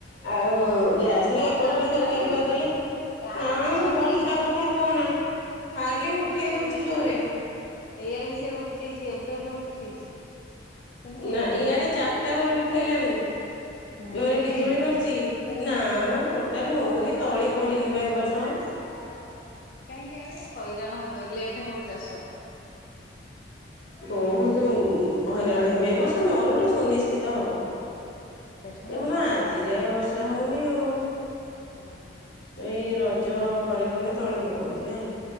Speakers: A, on the left; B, on the left.
A: ଆଉ ଗ୍ୟାସ୍ ରେ
B: ବର୍ଷା
A: ଏପଟରେ
B: ହଉଛି
A: ତରକାରୀ
B: ନା ଆଜି
A: କରିଦେଲେ।
B: ଗାଁ
A: ନା
B: ଆଡେ
A: ମୋ
B: ହଉଛି
A: ବର୍ଷା
B: କି?
A: କଥା କୁହନା। ଖାଲି ଉଠେଇ ଦଉଚି ଜୋରେ।
B: ଏଇଆରେ ବି ସେ ଉଠେଇଚି ଏବେ ଏବେ ଉଠେଇଛି। କିନ୍ତୁ ହେଇନାହିଁ
A: ନା ଇଆଡେ ଚାରଟା ବେଳୁ ଉଠେଇଲାଣି।
B: ହୁଁ
A: ଜୋରେ
B: କେବେ
A: ବିଜୁଳି
B: ହେଇନି।
A: ମାରୁଚି। ନା
B: ହଁ
A: ମୋ ଟୋଟାଲ ହଉନି ତଳି ପଡିନି ବା ଏ ବର୍ଷ। <unintelligible>
B: ହଁ କାହିଁକି କିଆଣେ ହଇରାଣ ହେବ। ଲେଟ୍ ହବ ଚାଷ।
A: ବହୁତୁ ଉଁ, ହଇରାଣ ହେବେ ଏ ବର୍ଷ ମରୁଡି ସୁନିଶ୍ଚିତ ହବ।
B: ହଁ
A: ଦେଖୁନ
B: ବର୍ଷା
A: ଆଜି ଯାଏ ବର୍ଷା ହଉନି ଆଉ।
B: ହଁ।
A: ଏଇ ରଜ ପରେ ପରେ ତୋଳି ପକନ୍ତି ଆ,।